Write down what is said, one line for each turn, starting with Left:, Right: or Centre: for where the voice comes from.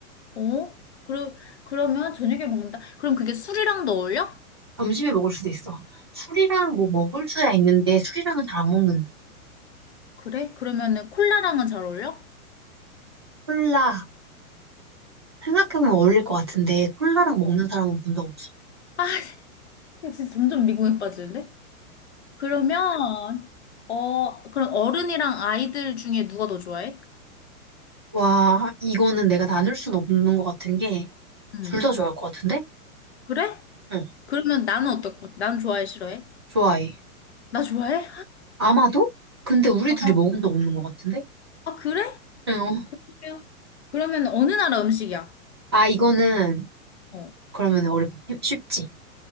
Left: 어? 그러, 그러면 저녁에 먹는다? 그럼 그게 술이랑도 어울려?
Right: 점심에 먹을 수도 있어. 술이랑 뭐 먹을 수야 있는데 술이랑은 잘 안 먹는데
Left: 그래? 그러면은 콜라랑은 잘 어울려?
Right: 콜라, 생각해보면 어울릴 것 같은데 콜라랑 먹는
Left: 어.
Right: 사람은 본 적 없어.
Left: 아, 진짜 점점 미국에 빠지는데? 그러면, 어, 그럼 어른이랑 아이들 중에 누가 더 좋아해?
Right: 와, 이거는 내가 나눌 순 없는 것 같은 게
Left: 음.
Right: 둘 다 좋아할 것 같은데?
Left: 그래?
Right: 응,
Left: 그러면 나는 어떨 것 같아? 난 좋아해, 싫어해?
Right: 좋아해.
Left: 나 좋아해?
Right: 아마도? 근데 우리
Left: 아,
Right: 둘이
Left: 아,
Right: 먹은 적 없는 것 같은데?
Left: 아, 그래?
Right: 응.
Left: 그래요. 그러면 어느 나라 음식이야?
Right: 아, 이거는
Left: 어,
Right: 그러면 어렵 쉽지.